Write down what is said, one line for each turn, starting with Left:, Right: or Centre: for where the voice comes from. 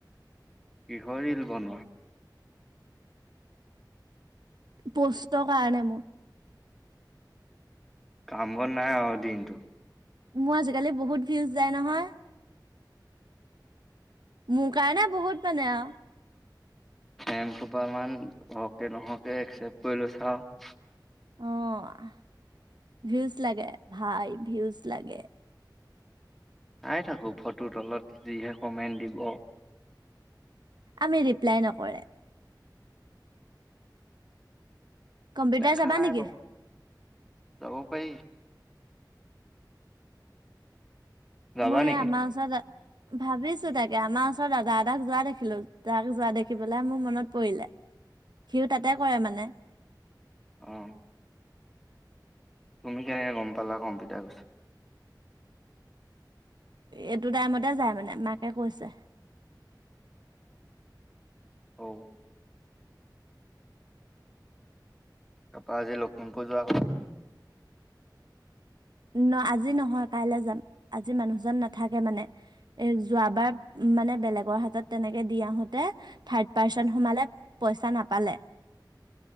Centre: কিহৰ ৰিল বনোৱা?
Right: পষ্টৰ কাৰণে মোৰ।
Centre: কামবন নাই আৰু দিনটো।
Right: মোৰ আজিকালি বহুত ভিউজ যায় নহয়। মোৰ কাৰণে বহুত মানে আও।
Centre: এম খোপামান হওকে নহওকে একচেপ্ট কৰি লৈছা আৰু।
Right: অ', ভিউজ লাগে ভাই ভিউজ লাগে।
Centre: চাই থাকো ফটো তলত যিহে কমেণ্ট দিব।
Right: আমি ৰিপ্লাই নকৰে। কম্পিউটাৰ
Centre: দেখা
Right: চাবা
Centre: নাই
Right: নেকি
Centre: বাৰু যাব পাৰি। যাবা
Right: মোৰ সে
Centre: নেকি
Right: আমাৰ ওচৰত ভাবিছোঁ তাকে আমাৰ ওচৰত দাদা এটাক যোৱা দেখিলোঁ, তাক যোৱা দেখি পেলাই মোৰ মনত পৰিলে। সিও তাতে কৰে মানে।
Centre: অ', তুমি কেনেকে গম পালা কম্পিউটাৰ
Right: এইটো টাইমতে যায় মানে মাকে কৈছে।
Centre: ঔ', তাৰপৰা আজি লখিমপুৰ যোৱা
Right: না আজি নহয় কাইলে যাম আজি মানুহজন নাথাকে মানে এ যোৱাবাৰ মানে বেলেগৰ হাতত তেনেকে দি আহোঁতে থাৰ্ড পাৰ্চন সোমালে পইচা নাপালে।